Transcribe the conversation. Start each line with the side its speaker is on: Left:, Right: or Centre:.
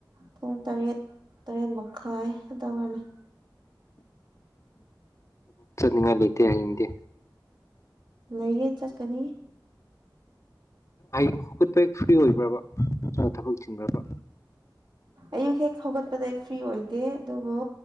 Right: ꯄꯨꯡ ꯇꯔꯦꯠ ꯇꯔꯦꯠ ꯃꯈꯥꯏ ꯑꯗꯨꯏꯂ
Left: ꯍꯥꯏ ꯅꯤꯡꯅꯤꯡꯉꯥꯏ ꯂꯩꯇꯦ ꯍꯌꯦꯡꯗꯦ
Right: ꯂꯩꯌꯦ ꯆꯠꯀꯅꯤ
Left: ꯍꯧꯀꯠꯄ ꯍꯦꯛ ꯐ꯭ꯔꯤ ꯑꯣꯏꯕ꯭ꯔꯕ ꯊꯕꯛ ꯆꯤꯟꯕ꯭ꯔꯕ
Right: ꯑꯌꯨꯛ ꯍꯦꯛ ꯍꯧꯒꯠꯄꯗ ꯑꯩ ꯐ꯭ꯔꯤ ꯑꯣꯏꯗꯦ ꯑꯗꯨꯕꯨ